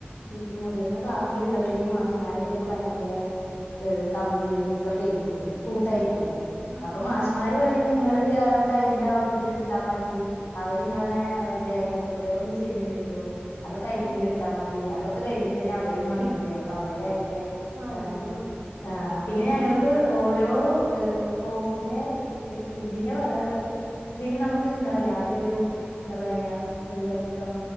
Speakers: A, on the left (about 75°); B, on the right (about 40°).
A: ഈ മുതിർന്ന ക്ലാസ്സിലുള്ളവര് മാഷുമ്മാരായിട്ടൊക്കെ ഭയങ്കര ഏഹ് കമ്പനി ഇതൊക്കെയായിരിക്കും. കൂട്ടായിരിക്കും.
B: ആഹ് ആഹ്
A: അപ്പൊ
B: ആഹ്
A: മാഷിമാര് പറയും നിങ്ങള് അതൊക്കെ അയിന്റെ ഒരിതില് എടുത്താ മതി. അവരിങ്ങളിനെ ദേഹോപദ്രവം ഒന്നും ചെയ്യണില്ലല്ലോ. അതൊക്കെ അതിന്റെ
B: ഏഹ്
A: ഇതില് എടുത്താ മ തി അതൊക്കെ കഴിഞ്ഞിട്ട് തന്നെയാ അവരും വന്നത്
B: ഡി
A: അപ്പൊ അവര് അതിന്റെ ഇതാണ്
B: അയ്യോ
A: ആഹ് പിന്നെ ഞങ്ങൾക്ക് ഓരോ ഏഹ് കോഴ് ഇതിന്റെ ഇതിന്റെ ഇതില് നമുക്ക് ഇത് ഇണ്ടാവൂല്ലെ ൻ്റൊരു എന്താ പറയാ ഒരു വെൽക്കം